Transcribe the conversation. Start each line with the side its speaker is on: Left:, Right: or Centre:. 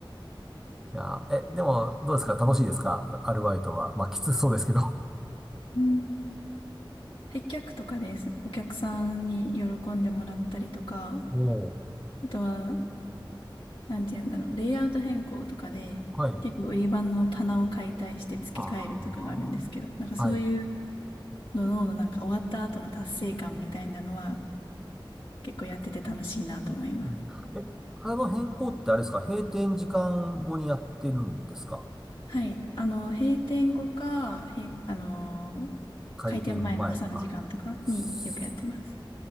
Centre: いやー、え、でも、どうですか楽しいですかアルバイトは。まあ、きつそうですけど。<laughs>
Left: うん接客とかです。お客さんに喜んでもらったりとか、
Centre: も
Left: あとは、なんて言うんだろう、レイアウト変更とかで、
Centre: う、はい。
Left: 結構売り場の棚を解体して付け替えるとかがあるんですけど、
Centre: あ
Left: なんかそういう
Centre: あ、はい。
Left: のの、なんか終わった後の達成感みたいなのは、結構やってて楽しいなと思います。
Centre: うん、え、体の変更ってあれですか閉店時間後にやってるんですか
Left: はい。あの、閉店後か、へ、あの、
Centre: 開店前。
Left: 開店前の朝の時間とかによくやってます。
Centre: あ、す